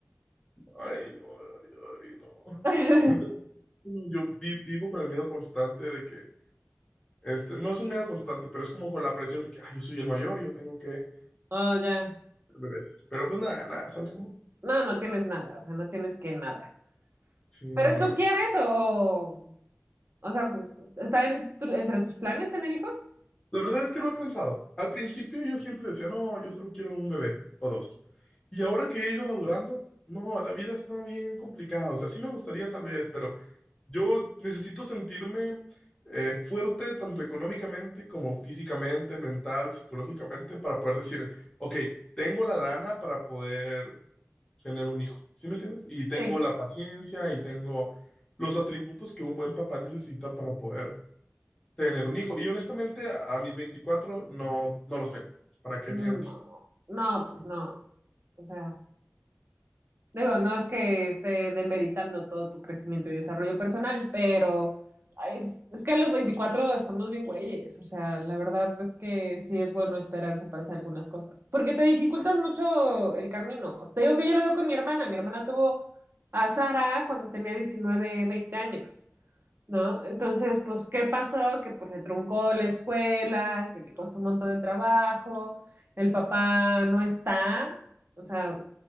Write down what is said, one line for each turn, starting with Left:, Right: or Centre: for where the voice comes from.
Left: ay, ay, ay, no.
Right: <laughs>
Left: Entonces, uno, yo vi- vivo con el miedo constante de que, este, no es un miedo constante, pero es como con la presión de que, ay, yo soy el mayor, yo tengo que tener
Right: Oh, ya.
Left: bebés. Pero pues nada, nada, ¿sabes cómo?
Right: No, no tienes nada, o sea, no tienes que nada.
Left: Sí,
Right: ¿Pero
Left: no, no,
Right: tú
Left: no.
Right: quieres o, o sea, está en tu- entre tus planes tener hijos?
Left: La verdad es que no lo he pensado. Al principio yo siempre decía, no, yo solo quiero un bebé o dos. Y ahora que he ido madurando, no, la vida está bien complicada. O sea, sí me gustaría tal vez, pero yo necesito sentirme eh, fuerte tanto económicamente como físicamente, mental, psicológicamente, para poder decir, ok, tengo la lana para poder tener un hijo. ¿Sí me entiendes? Y tengo
Right: Sí.
Left: la paciencia y tengo los atributos que un buen papá necesita para poder tener un hijo. Y honestamente, a, mis 24 no, no los tengo. ¿Para qué
Right: No,
Left: miento?
Right: no,
Left: Sí,
Right: pues no. O sea. Digo, no es que esté demeritando todo tu crecimiento y desarrollo personal, pero ay, es, es que a los 24 estamos bien güeyes. O sea, la verdad es que sí es bueno esperarse para hacer algunas cosas, porque te dificultas mucho el camino. Te digo que yo lo veo con mi hermana. Mi hermana tuvo a Sara cuando tenía 19 20 años. ¿no? Entonces, pues, ¿qué pasó? Que pues le truncó la escuela, que le costó un montón de trabajo, el papá no está, o sea,